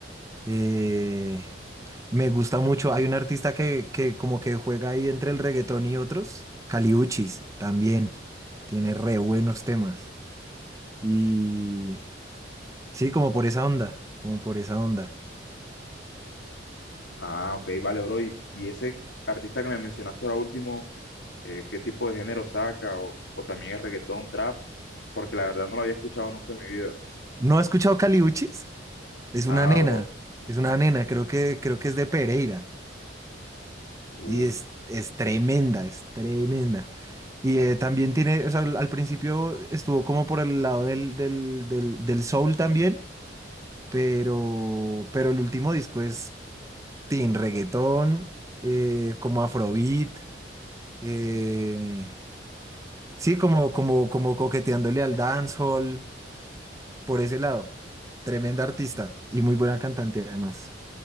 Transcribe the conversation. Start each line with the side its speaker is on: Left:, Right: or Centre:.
Right: Eh, me gusta mucho. Hay un artista que, que como que juega ahí entre el reggaetón y otros. Caliuchis también. Tiene re buenos temas. Y sí, como por esa onda. Como por esa onda.
Left: Ah, ok, vale, bro. Y, y ese artista que me mencionaste ahora último, eh, ¿qué tipo de género saca? O, o también es reggaetón, trap, porque la verdad no lo había escuchado nunca en mi vida.
Right: ¿No has escuchado Caliuchis?
Left: Nada,
Right: Es una nena.
Left: bro.
Right: Es una nena. Creo que, creo que es de Pereira.
Left: Uf,
Right: Y es, es tremenda, es tremenda. Y eh, también tiene, o sea, al al principio estuvo como por el lado del, del, del, del soul también. pero, pero el último disco es teen reggaetón, eh, como afrobeat, eh, sí, como, como, como coqueteándole al dancehall, por ese lado. Tremenda artista y muy buena cantante además.